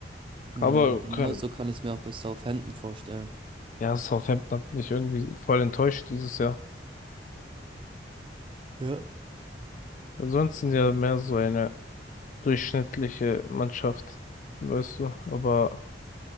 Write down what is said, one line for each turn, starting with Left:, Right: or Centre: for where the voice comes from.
Right: Mhm,
Left: Aber
Right: genauso
Left: kann,
Right: kann ich es mir auch bei Southampton vorstellen.
Left: ja, Southampton hat mich irgendwie voll enttäuscht dieses Jahr.
Right: Ja.
Left: Ansonsten ja mehr so eine durchschnittliche Mannschaft, weißt du. Aber